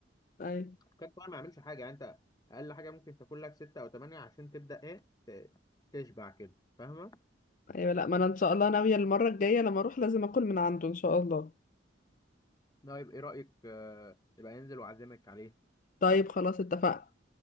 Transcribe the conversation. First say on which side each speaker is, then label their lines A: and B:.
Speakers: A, on the left (about 45°); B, on the left (about 20°).
A: ايوه
B: كان طبعا ما يعملش حاجه يعني انت اقل حاجه ممكن تاكل لك 6 او 8 عشان تبدا ايه ت- تشبع كده فاهمه
A: ايوه لا ما انا ان شاء الله ناويه المره الجايه لما اروح لازم اكل من عنده ان شاء الله
B: ده يبقى ايه رايك آه، يبقى ينزل واعزمك عليه
A: طيب خلاص اتفقنا